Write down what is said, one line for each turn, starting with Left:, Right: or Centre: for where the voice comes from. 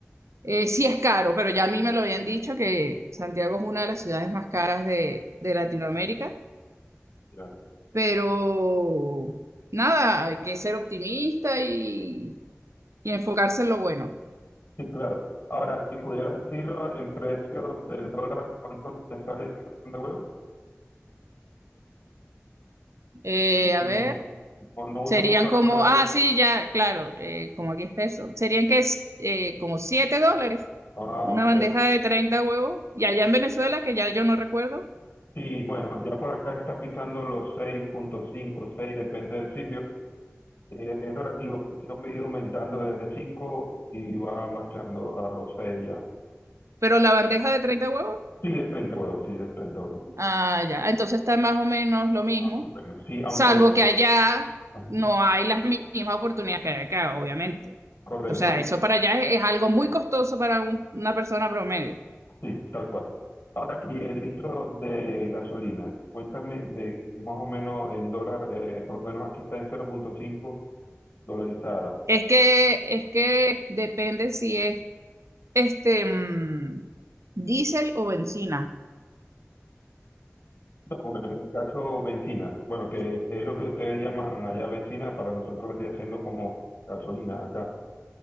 Right: eh, sí es caro, pero ya a mí me lo habían dicho que Santiago es una de las ciudades más caras de, de Latinoamérica,
Left: ya.
Right: pero nada, hay que ser optimista y, y enfocarse en lo bueno.
Left: Sí, claro. Ahora, si pudiera decirlo en precio del dólar, ¿cuánto te sale ese cartón de huevo?
Right: Eh,
Left: Porque
Right: a ver,
Left: no, no, no usa
Right: serían
Left: mucho
Right: como,
Left: la moneda
Right: ah,
Left: ya.
Right: sí, ya, claro, eh, como aquí es peso, serían que es eh, como 7 dólares
Left: Ah,
Right: una
Left: ok.
Right: bandeja de 30 huevos, y allá en Venezuela, que ya yo no recuerdo,
Left: Sí, bueno, ya por acá está pisando los seis punto cinco seis depende del sitio. Eh, Es relativo, pero sí ha ido aumentando desde 5 y va marchando a los 6 ya.
Right: pero la bandeja de 30 huevos.
Left: Sí, de 30 huevos, sí, de 30 huevos.
Right: Ah, ya. Entonces está más o menos lo mismo,
Left: Bueno, Sí, aunque...
Right: salvo que allá
Left: ajá,
Right: no hay las mi- mismas oportunidades que hay acá, obviamente.
Left: Correcto,
Right: O sea,
Left: y-
Right: eso para allá es, es algo muy costoso para un- una persona promedio.
Left: sí, tal cual. Ahora, y el litro de gasolina, cuéntame de más o menos en dólar, eh, por lo menos aquí está en 0.5 dolarizada.
Right: Es que, es que depende si es este mm, diésel o bencina.
Left: No, bueno, en el caso bencina, bueno, que es lo que ustedes llaman allá bencina, para nosotros vendría siendo como gasolina acá.